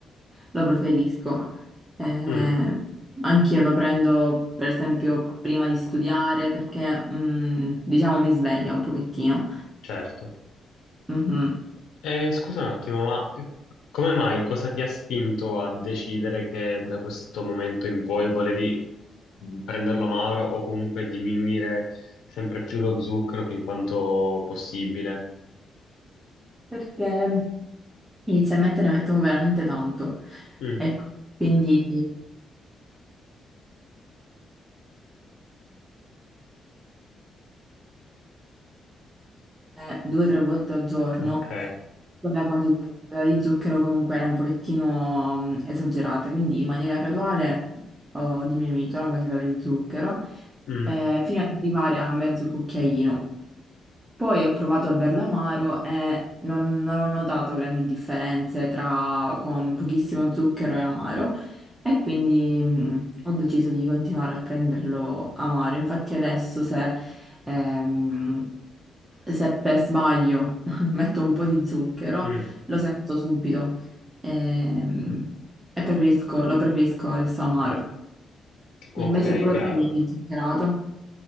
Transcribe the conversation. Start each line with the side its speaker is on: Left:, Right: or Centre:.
Right: lo preferisco. Eh,
Left: Mm,
Right: anch'io lo prendo per esempio prima di studiare perché mm, diciamo mi sveglia un pochettino.
Left: certo.
Right: Mhm.
Left: E scusa un attimo, ma come mai, cosa ti ha spinto a decidere che da questo momento in poi volevi mm, prenderlo amaro o comunque diminuire sempre più lo zucchero fin quanto possibile?
Right: Perché inizialmente ne mettevo veramente tanto
Left: Mm,
Right: e quindi eh, due o tre volte al giorno.
Left: ok.
Right: la quantità di zucchero comunque era un pochettino mm, esagerata, quindi in maniera graduale ho diminuito la quantità di zucchero
Left: Mm,
Right: eh, fino ad arrivare a mezzo cucchiaino. Poi ho provato a berlo amaro e non, non ho notato grandi differenze tra con pochissimo zucchero e amaro e quindi mm, ho deciso di continuare a prenderlo amaro. Infatti adesso se... Ehm, se per sbaglio <laughs> metto un po' di zucchero,
Left: mm,
Right: lo sento subito ehm, e, preferisco- lo preferisco adesso amaro.
Left: ok,
Right: Invece tu lo
Left: chiaro.
Right: prendi zuccherato?